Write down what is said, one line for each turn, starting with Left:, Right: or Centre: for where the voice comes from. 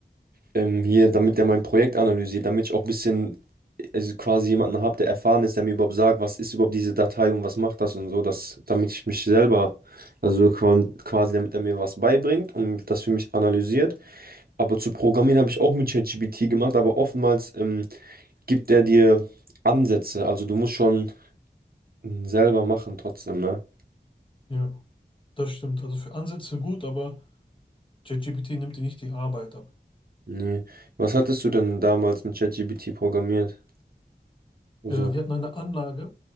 Right: ähm, hier, damit er mein Projekt analysiert, damit ich auch ein bisschen, also quasi jemanden habe, der erfahren ist, der mir überhaupt sagt, was ist überhaupt diese Datei und was macht das und so, dass, damit ich mich selber, also qua- quasi, damit er mir was beibringt und das für mich analysiert. Aber zu Programmieren habe ich auch mit ChatGPT gemacht, aber oftmals ähm, gibt er dir Ansätze, also du musst schon mm, selber machen trotzdem, ne?
Left: Ja, das stimmt. Also für Ansätze gut, aber ChatGPT nimmt dir nicht die Arbeit ab.
Right: Nee. Was hattest du denn damals mit ChatGPT programmiert? Also,
Left: Äh, wir hatten eine Anlage.